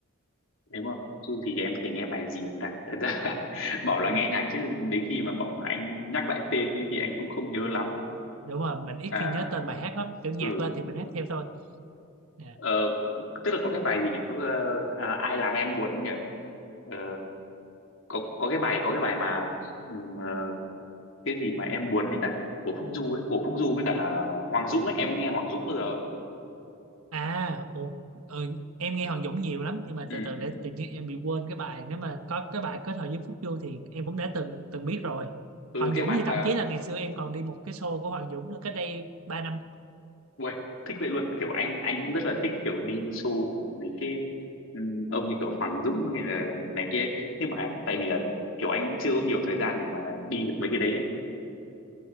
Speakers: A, on the left (about 65°); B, on the right (about 80°).
A: nếu mà Phúc Du thì em thể nghe bài gì được ta thật ra là <laughs> bảo là nghe nhạc chứ đến khi mà bảo mà anh nhắc lại tên ấy thì anh cũng không nhớ lắm
B: đúng rồi mình ít
A: à
B: khi nhớ tên bài hát lắm kiểu nhạc
A: ừ
B: lên thì mình hát theo thôi À,
A: Ờ, tức là có cái bài gì nhỉ? Có ờ, à, ai làm em buồn nhỉ? Ờ, có có cái bài có cái bài mà ừm, ờ, cái gì mà em buồn đấy ta? Của Phúc Du ấy, của Phúc Du với cả là Hoàng Dũng ấy, em có nghe Hoàng Dũng bao giờ không?
B: À, ồ, ừ, em nghe Hoàng Dũng nhiều lắm nhưng mà
A: Ừ,
B: từ từ để tự nhiên em bị quên cái bài nếu mà có cái bài kết hợp với Phúc Du thì em cũng đã từng từng biết rồi.
A: ừ
B: Hoàng
A: cái
B: Dũng
A: bài
B: thì
A: mà
B: thậm chí là ngày xưa em còn đi một cái show của Hoàng Dũng nữa cách đây 3 năm.
A: uầy, thích vậy luôn, kiểu anh anh cũng rất là thích kiểu đi show của mấy cái ừm, ông như kiểu Hoàng Dũng hay là này kia ấy. Nhưng mà tại vì là kiểu anh cũng chưa có nhiều thời gian để mà đi được mấy cái đấy ấy.